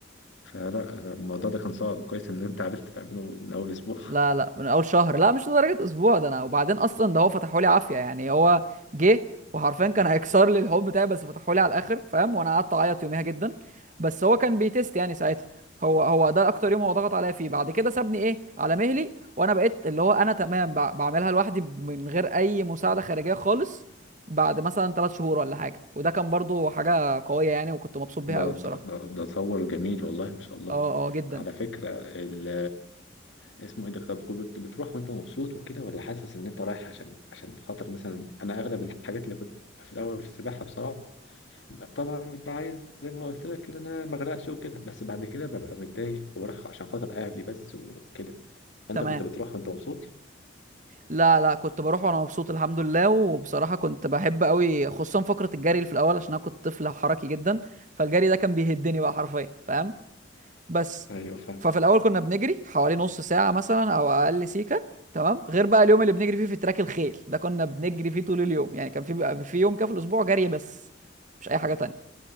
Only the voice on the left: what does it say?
فلا أنا الموضوع ده كان صعب كويس ان انت عرفت تعمله من اول اسبوع
ده
ده
ده تصور جميل والله ما شاء الله
على فكره ال اسمه ايه ده طب كنت بتروح وانت مبسوط وكده ولا حاسس ان انت رايح عشان عشان خاطر مثلا انا اغلب الحاجات اللي كنت في الاول في السباحه بصراحه طبعا ببقى عايز زي ما قلت لك ان انا ما اغرقش وكده بس بعد كده ببقى متضايق وبروح عشان خاطر اهلي بس وكده انت
كنت بتروح وانت مبسوط
ايوه فاهم